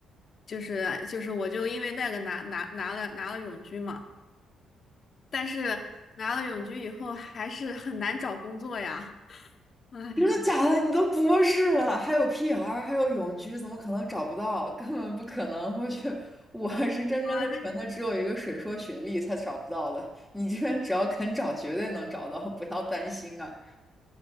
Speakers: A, on the left; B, in the centre.
A: 就是就是我就因为那个拿拿拿了拿了永居嘛。但是拿了永居以后还是很难找工作呀。唉，
B: 真的假的？你都博士了，还有 PR，还有永居，怎么可能找不到？根本不可能！我去，我是真真的纯的，
A: 哇，那
B: 只有一个水硕学历才找不到的。你这边只要肯找，绝对能找到，不要担心啊。